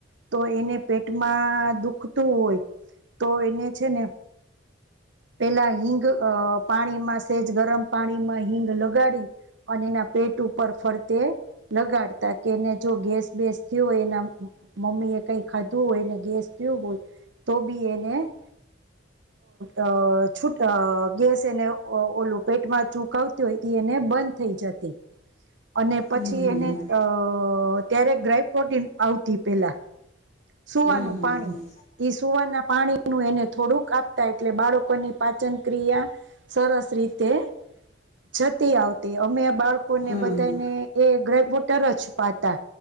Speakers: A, on the right; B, on the left.
A: તો એને પેટમાં દુખતું હોય તો એને છે ને પેલા હિંગ અ પાણીમાં સેજ ગરમ પાણીમાં હિંગ લગાડી અને એના પેટ ઉપર ફરતે લગાડતા કે એને જો ગેસ બેેસ થયો હોય એના મમ્મી એ કઈ ખાધું હોયને ગેસ થયું હોય. તો બી એને અ છુટ અ ગેસ એને અ ઓલું પેટમાં ચૂક આવતી હોય તી એને બંધ થઈ જાતી. અને પછી
B: હમ હમ હમ.
A: એને અ ત્યારે ગ્રાય પ્રોટીન આવતી પેલા. સુવાનું
B: હમ હમ
A: પાણી.
B: હમ હમ.
A: ઈ સુવાના પાણીનું એને થોડુંક આપતા એટલે બાળકોની પાચન ક્રિયા સર સ રીતે જતી આવતી. અમે બાળકોને
B: હમ. હમ.
A: બધાને
B: હમ
A: એ ગબોટર જ પાતા.